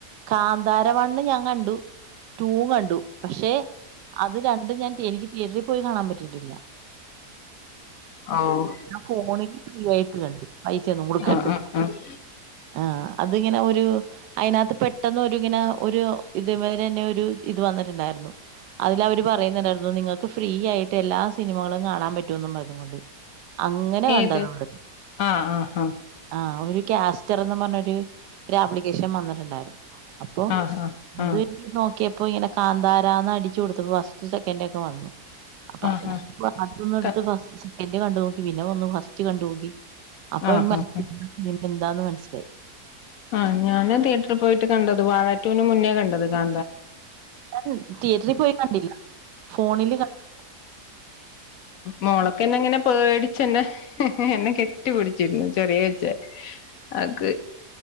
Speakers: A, on the right; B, on the left.
A: കാന്താര വണ്ണ് ഞാൻ കണ്ടു ടൂ കണ്ടു പക്ഷെ അത് ര പണ്ട് ഞാൻ എനിക്ക് റ്റിയറ്ററിൽ പോയി കാണാൻ പറ്റിയിട്ടില്ല
B: ഓഹ്
A: ഫോണില് ഫ്രീ ആയിട്ട് കണ്ടു പൈസ ഒന്നും കൊടുക്കാണ്ട്
B: ആഹ് ആഹ് ആഹ്
A: ആ അതിങ്ങനെ ഒരു അയിനകത്ത് പെട്ടെന്ന് ഒരുതിങ്ങനെ ഒരു ഇത് മാതിരി അന്നെ ഒരു ഇത് വന്നിട്ടുണ്ടായിരുന്നു അതില് അവര് പറയുന്നുണ്ടായിരുന്നു നിങ്ങൾക്ക് ഫ്രീ ആയിട്ട് എല്ലാ സിനിമകളും കാണാൻ പറ്റുന്നും പറഞ്ഞ് കൊണ്ട് അങ്ങനെ കണ്ടത
B: ഏത്
A: മ്മള്
B: ആഹ് ആഹ്
A: ആ ഒരു കാസ്റ്ററന്നുംപറഞ്ഞ ഒരു ആപ്ലിക്കേ ക്ഷം വന്നിട്ടുണ്ടായിരുന്നു അപ്പൊ
B: ആഹ് ആഹ് ആഹ്
A: അത് നോക്കിയ ഇപ്പൊ എങ്ങനെ കന്താരാന്ന് അടിച്ചു കൊടുത്തപ്പോൾ ഫാസ്റ്റ് സെക്കറ്റ് ഒക്കെ വന്നു അപ്പൊ
B: ആഹ്
A: അതിന <unintelligible> എടുത്ത്
B: ആഹ്
A: ഫസ്റ്റ് പിന്നെ നോക്കി പിന്നെ വന്നു ഫസ്റ്റ് കണ്ടുനോക്കി അപ്പൊ
B: ആഹ്
A: <unintelligible>
B: ആഹ്
A: എന്താന്ന് മനസ്സിലായി
B: ആഹ് ഞാന് തിയേറ്ററിൽ പോയിട്ട് കണ്ടത് വാഴാറ്റുവിന് മുന്നേ കണ്ടത് കാ
A: ഞാൻ തിയേറ്ററിൽ പോയി കണ്ടില്ല ഫോണില് കണ്ട്
B: മോളൊക്ക <unintelligible> പേടിച്ചന്നെ എന്നെ കെട്ടി പിടിച്ചിരുന്നു ചെറിയ വെച്ച അക്ക്